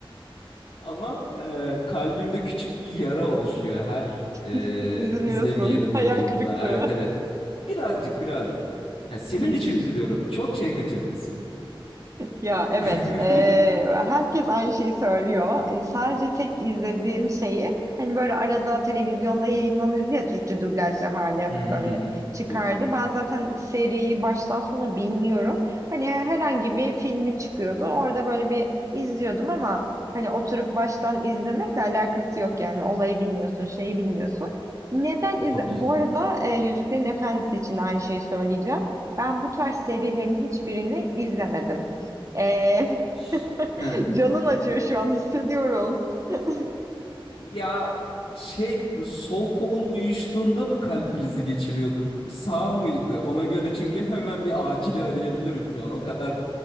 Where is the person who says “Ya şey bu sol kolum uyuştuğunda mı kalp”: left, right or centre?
Left